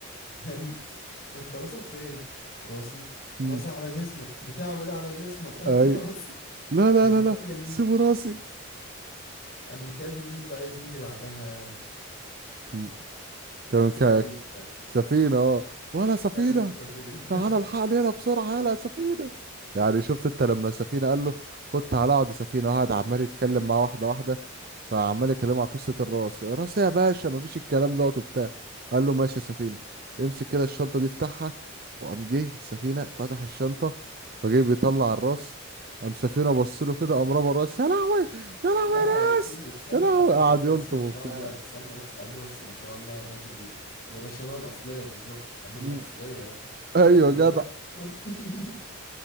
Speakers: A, on the left (about 45°); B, on the right (about 45°).
A: فاهم <laughs> أنت راسك فين؟ راسي
B: مم.
A: راسي على جسمك بتعمل إيه على جسمك <laughs> هات
B: ايوه
A: راسي
B: لا لا
A: قام
B: لا
A: مكلم
B: لا
A: مين
B: سيبوا راسي
A: قام مكلم مين بقى يا زميلي بعدها
B: مم. كان
A: سفينة
B: سفينة اه ولا سفينة
A: كلم سفينة
B: تعال الحقني
A: <laughs>
B: هنا بسرعة يلا يا سفينة يعني شفت انت لما سفينة قال له خد تعالى اقعد يا سفينة قعد عمال يتكلم معاه واحدة واحدة فعمال يكلمه على قصة الراس راس إيه يا باشا مفيش الكلام دوت وبتاع قال له ماشي يا سفينة امسك كده الشنطة دي افتحها وقام جه السفينة فتح الشنطة فجه بيطلع الراس قام سفينة بص له كده قام رمى الراس يا لهوي يا لهوي
A: لا
B: يا
A: يا زميلي
B: ناس
A: استنى
B: يا لهوي
A: قال
B: قعد
A: له اه
B: يلطم
A: بس ما
B: وبتاع
A: شاء الله استنى بس قال له بس ما شاء الله يا باشا دي دي راس شبه الأصلية بالظبط قال له
B: مم.
A: ما أصلية يا ابني
B: ايوه
A: يعني
B: جدع
A: دي راس بني آدم. <laughs>